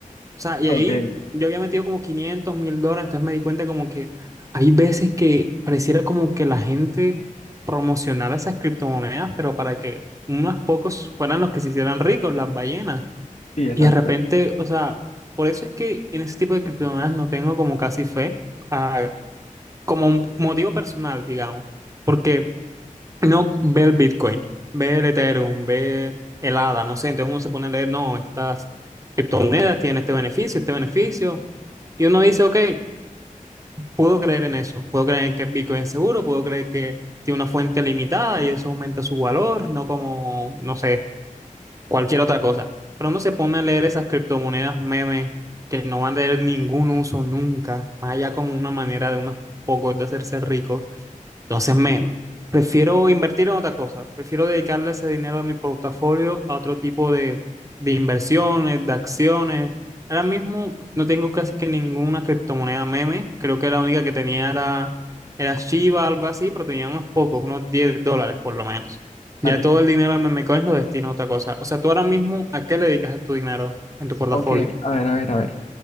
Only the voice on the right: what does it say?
O sea, y
ahí yo había metido como quinientos mil dólares, entonces me di cuenta como que hay veces que pareciera como que la gente promocionara esas criptomonedas, pero para que unos pocos fueran los que se hicieran ricos, las ballenas.
Y de repente, o sea, por eso es que en ese tipo de criptomonedas no tengo como casi fe, ah, como un motivo personal, digamos, porque no ve el Bitcoin, ve el Ethereum, ve el ADA, no sé, entonces uno se pone a leer, no, estas criptomonedas tienen este beneficio, este beneficio y uno dice, ok, puedo creer en eso, puedo creer en que el Bitcoin es seguro, puedo creer que tiene una fuente limitada y eso aumenta su valor, no como, no sé, cualquier otra cosa. Pero uno se pone a leer esas criptomonedas memes que no van a tener ningún uso nunca, más allá como una manera de unos pocos de hacerse ricos. Entonces me prefiero invertir en otra cosa, prefiero dedicarle ese dinero de mi portafolio a otro tipo de, de inversiones, de acciones. Ahora mismo no tengo casi que ninguna criptomoneda meme, creo que la única que tenía era, era Shiba, algo así, pero tenía unos pocos, unos 10 dólares por lo menos. Ya
todo el dinero de memecoins lo destino a otra cosa. O sea, tú ahora mismo, ¿a qué le dedicas tu dinero en tu portafolio?